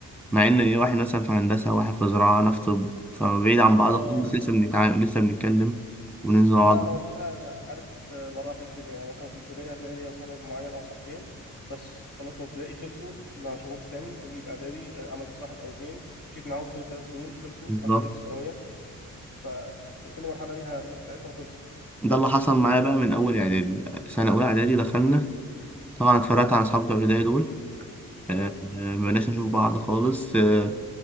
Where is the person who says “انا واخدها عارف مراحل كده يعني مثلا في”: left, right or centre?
Left